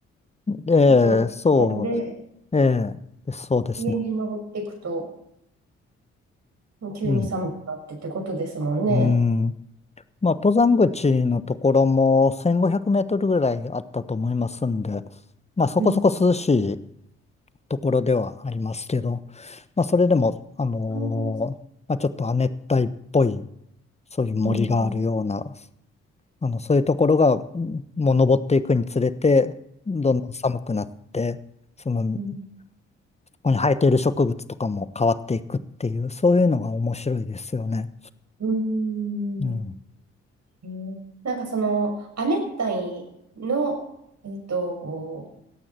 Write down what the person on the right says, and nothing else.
的な点で、
上に登っていくと、急に寒くなってってことですもんね。
うん。
うんう
んうん。
うん。
うん
うん
へえなんかその、亜熱帯の、えっと、